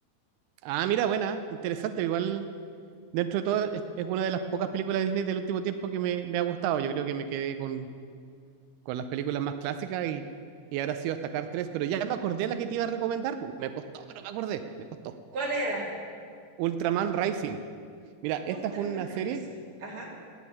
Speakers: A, on the right; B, on the right.
A: Ah, mira, buena, interesante, igual dentro de todo, es, es una de las pocas películas de Disney del último tiempo que me, me ha gustado. Yo creo que me quedé con, con las películas más clásicas y, y ahora sí hasta Cars 3, pero ya me acordé la que te iba a recomendar. pues, Me costó, pero me acordé, me costó.
B: ¿Cuál era?
A: Ultraman Rising. Mira,
B: Ultraman
A: esta es una serie
B: Rising. Ajá.